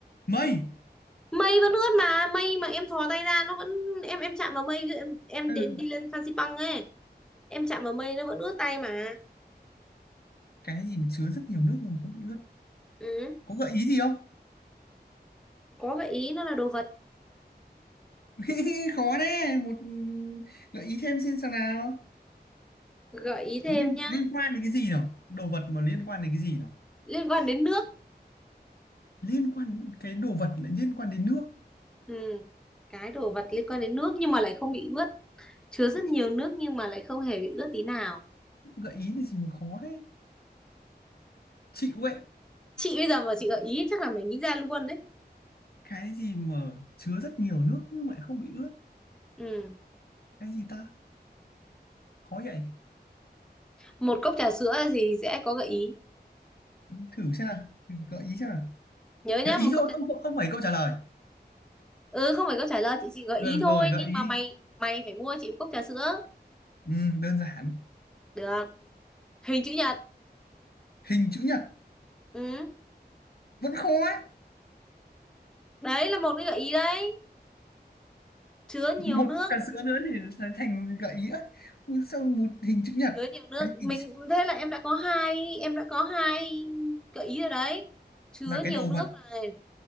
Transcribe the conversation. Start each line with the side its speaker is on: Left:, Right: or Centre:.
Left: mây
Centre: mây vẫn ướt mà mây mà em thò tay ra nó vẫn em em chạm vào mây em em
Left: ừ.
Centre: đến đi lên Phan Xipang ấy em chạm vào mây nó vẫn ướt tay mà
Left: cái gì mà chứa rất nhiều nước nhưng mà không bị ướt
Centre: ừ.
Left: có gợi ý gì không
Centre: có gợi ý nó là đồ vật
Left: <laughs> khó đấy một gợi ý thêm xin sao nào
Centre: gợi ý thêm
Left: Nó liên,
Centre: nhá
Left: liên quan đến cái gì nào đồ vật mà liên quan đến cái gì nào
Centre: liên quan đến nước
Left: liên quan cái đồ vật lại liên quan đến nước
Centre: ừ. cái đồ vật liên quan đến nước nhưng mà lại không bị ướt chứa rất nhiều
Left: Ý,
Centre: nước nhưng mà lại không hề bị ướt tí nào
Left: gợi ý thì gì mà khó thế chịu ấy
Centre: chị bây giờ mà chị gợi ý chắc là mày nghĩ ra luôn đấy
Left: cái gì mà chứa rất nhiều nước nhưng mà lại không bị ướt
Centre: ừ.
Left: cái gì ta khó vậy
Centre: một cốc trà sữa thì sẽ có gợi ý
Left: thử xem nào gợi ý xem nào
Centre: nhớ nhá
Left: gợi ý
Centre: một
Left: thôi
Centre: cốc trà
Left: không không không phải câu trả lời
Centre: ừ không phải cốc trà lời chị chỉ gợi
Left: ừ
Centre: ý thôi
Left: rồi gợi
Centre: nhưng
Left: ý
Centre: mà
Left: đi
Centre: mày mày phải mua chị một cốc trà sữa
Left: ừ, đơn giản
Centre: được hình chữ nhật
Left: hình chữ nhật
Centre: ừ.
Left: vẫn khó ấy
Centre: đấy là một cái gợi ý đấy chứa nhiều
Left: một
Centre: nước
Left: cốc trà sữa nữa thì sẽ thành gợi ý ấy Ui, sao một hình chữ nhật
Centre: chứa nhiều nước
Left: cái gì
Centre: mình thế là em đã có hai em đã có hai gợi ý rồi đấy chứa
Left: là cái
Centre: nhiều
Left: đồ
Centre: nước
Left: vật
Centre: này